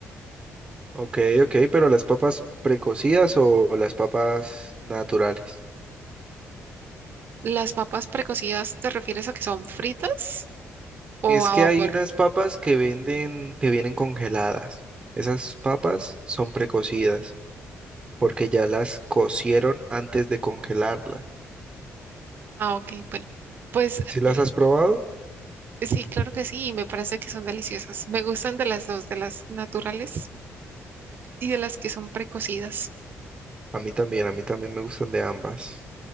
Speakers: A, on the right; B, on the right.
A: Ok, ok, pero las papas precocidas o las papas naturales.
B: ¿Las papas precocidas te refieres a que son fritas o
A: Es
B: a
A: que
B: vapor?
A: hay unas papas que venden, que vienen congeladas. Esas papas son precocidas porque ya las cocieron antes de congelarlas.
B: Ah, ok, bueno. Pues
A: ¿Si las
B: r-
A: has probado?
B: sí, claro que sí, y me parece que son deliciosas. Me gustan de las dos, de las naturales y de las que son precocidas.
A: A mí también, a mí también me gustan de ambas.